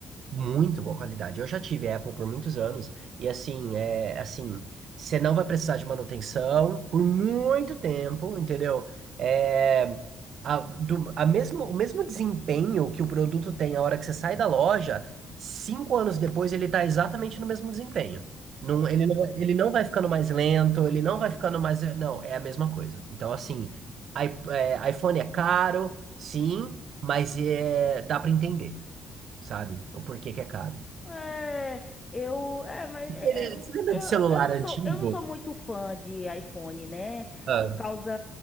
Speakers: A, on the right; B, on the left.
A: muito boa qualidade. Eu já tive Apple por muitos anos e assim, é assim, você não vai precisar de manutenção por muito tempo, entendeu? É, a, do, a mesmo, o mesmo desempenho que o produto tem a hora que você sai da loja, cinco anos depois ele está exatamente no mesmo desempenho. Não, ele não, ele não vai ficando mais lento, ele não vai ficando mais. Não, é a mesma coisa. Então, assim, i- é, iPhone é caro, sim, mas é, dá para entender, sabe? O porquê que é caro.
B: É, eu, é, mas
A: E
B: é,
A: ele-
B: eu,
A: Você lembra
B: eu,
A: de celular
B: eu não
A: antigo?
B: sou, eu não sou muito fã de iPhone, né?
A: Ah,
B: Por causa